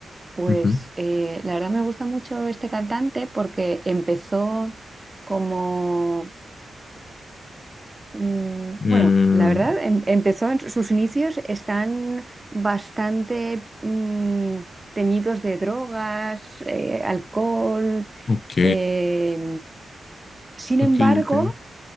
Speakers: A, on the right (about 25°); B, on the left (about 60°).
A: pues
B: ujú.
A: eh, la verdad me gusta mucho este cantante porque empezó como, mm,
B: Eh,
A: bueno, la verdad, em- empezó, en sus inicios están bastante mm, teñidos de drogas, eh, alcohol.
B: ok,
A: eh, sin
B: ok,
A: embargo,
B: ok.